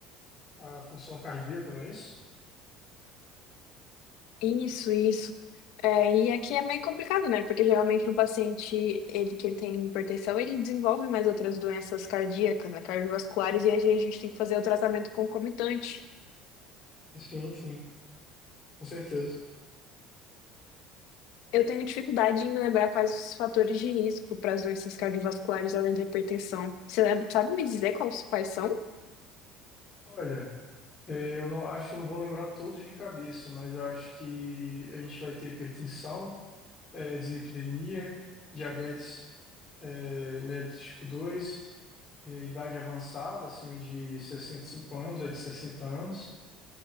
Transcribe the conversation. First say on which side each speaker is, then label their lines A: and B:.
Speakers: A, on the left; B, on the left.
A: a função cardíaca, não é isso?
B: Isso, isso. É, e aqui é meio complicado, né? Porque geralmente um paciente, ele que ele tem hipertensão, ele desenvolve mais outras doenças cardíacas, né? Cardiovasculares, e aí a gente tem que fazer o tratamento concomitante.
A: Sim, sim, com certeza.
B: Eu tenho dificuldade em lembrar quais os fatores de risco para as doenças cardiovasculares além da hipertensão. Você lembra- sabe me dizer quais, quais são?
A: Olha, é, eu não acho que eu não vou lembrar todos de cabeça, mas eu acho que a gente vai ter hipertensão. é, dislipidemia, diabetes é, mellitus tipo dois, é, idade avançada, acima de 65 anos ou de 60 anos.